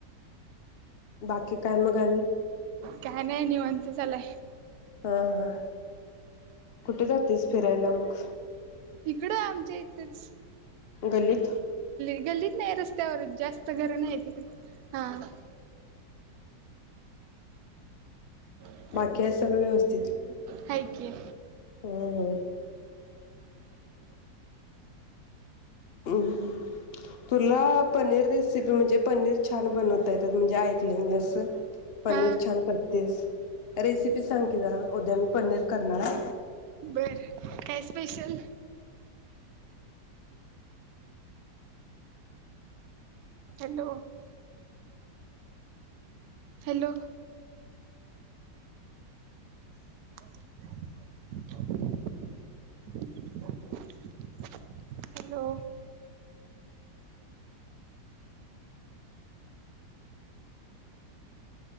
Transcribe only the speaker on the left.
बाकी काय मग आणि
हा हा कुठे जातेस फिरायला मग
गलित
बाकी हाय सगळं व्यवस्थित
हम्म म तुला पनीर रेसिपी म्हणजे पनीर छान बनवता येत म्हणजे ऐकलंय मी असं पनीर
छान करतेस रेसिपी सांग की जरा उद्याम पनीर करणारा